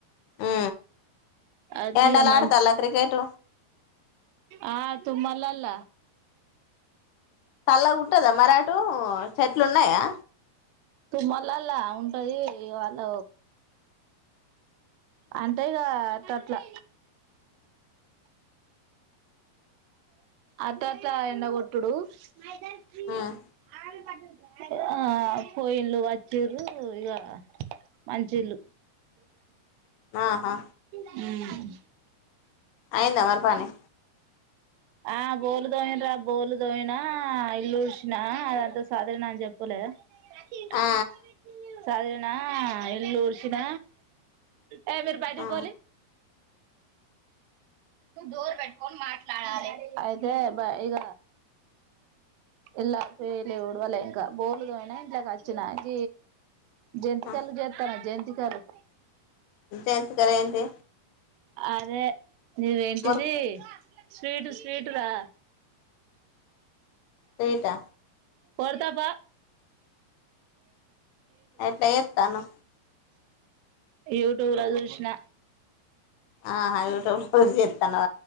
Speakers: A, on the left; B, on the right.
A: ఉ
B: వచ్చి
A: ఎండల
B: ఇగ మంచి
A: ఆడతాలా క్రికెట్
B: ఆ తుమ్మలల
A: చల్లగా ఉంటందా మరాటు చెట్లు ఉన్నాయా
B: తుమళ్ల అలా ఉంటది వాళ అంటే ఆట్టట్లా అట అట్లా ఎన్న ఒట్డు మా ఇద్దరికీ
A: ఉమ్
B: ఆమె పా ఆ పొయిలు వచ్చీరు ఇక మంచిళ్ళు
A: ఆహా
B: ఉమ్
A: అయిందా మరిపానీ
B: ఆ బోలు తోయిన రా బోలు తోయినా ఇల్లు చడ్సినా అదంతా సాధణ అని చెప్పలే <unintelligible>
A: ఆ
B: సర్దిన ఇల్లూర్సిన ఏ మీరు బయటికి
A: ఆ
B: బోలి డోర్ పెట్కోనీ మాట్లాడాలి అయితే బా ఇగ ఎలా వయలే ఉడవలే ఇంకా బోలుద అయినా ఇంట్లాకి వచ్చినాక జంటి
A: ఆ
B: కలు జేతన జం కారు
A: ఇంట ఎంత కరంటి
B: అదే నీవేంటిది
A: మరి
B: స్వీటు స్వీటు రా
A: స్వీట్
B: కొడ్తా ప
A: ఎట్లా ఎ తాను
B: యూట్యూబ్ లోచుసిన
A: ఆయి యూట్యూబ్ పల్సుచేస్తానవ